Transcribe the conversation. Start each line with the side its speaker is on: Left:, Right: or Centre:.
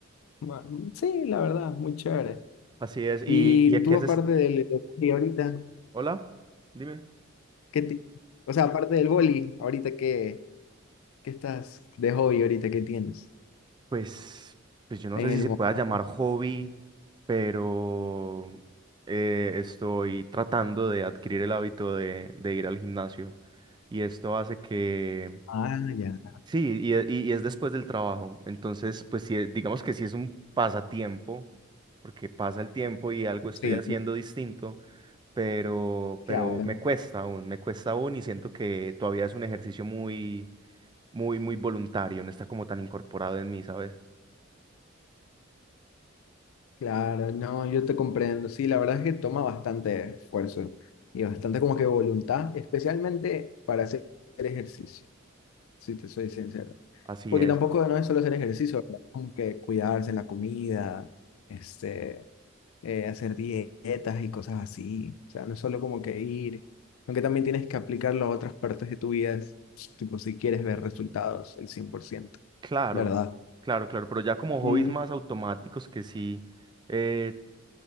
Left: ma- Sí, la verdad, muy chévere.
Right: Así es. ¿Y,
Left: Y
Right: y a qué
Left: tú
Right: haces?
Left: aparte del del hobby ahorita,
Right: Hola, dime.
Left: ¿qué ti- o sea, aparte del boli, ahorita qué, qué estás de hobby ahorita qué tienes
Right: Pues, pues yo no
Left: en
Right: sé si
Left: el
Right: se
Left: momento?
Right: pueda llamar hobby, pero eh, estoy tratando de adquirir el hábito de, de ir al gimnasio. Y esto hace que,
Left: Ah, ya.
Right: sí, y, e- y y es después del trabajo. Entonces, pues sí, digamos que sí es un pasatiempo, porque pasa el tiempo y algo estoy
Left: Sí,
Right: haciendo distinto, pero,
Left: claro.
Right: pero me cuesta aún, me cuesta aún y siento que todavía es un ejercicio muy, muy, muy voluntario, no está como tan incorporado en mí, ¿sabes?
Left: Claro, no, yo te comprendo. Sí, la verdad es que toma bastante esfuerzo y bastante como que voluntad, especialmente para hacer ejercicio, si te soy sincero.
Right: Así
Left: Porque
Right: es.
Left: tampoco no es solo hacer ejercicio, ¿verdad? Como que cuidarse en la comida, este, eh, hacer dietas y cosas así. O sea, no es solo como que ir, aunque también tienes que aplicarlo a otras partes de tu vida, tipo si quieres ver resultados el 100%,
Right: Claro,
Left: ¿verdad?
Right: claro, claro, pero ya como hobbies
Left: Ujú.
Right: más automáticos que sí, eh,